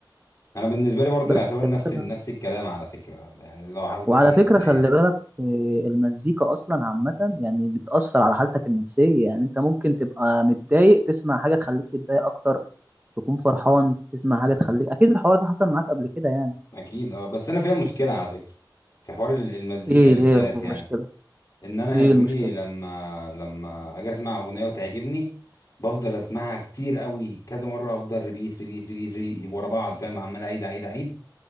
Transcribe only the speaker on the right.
بس
<laughs>
وعلى
فكره خلي بالك إيه، المزيكا اصلا عامه يعني بتاثر على حالتك النفسيه يعني انت ممكن تبقى متضايق تسمع حاجه تخليك تتضايق اكتر تكون فرحان تسمع حاجة تخليك أكيد الحوار ده حصل معاك قبل كده يعني
إيه
اللي هي المشكلة
إيه
المشكلة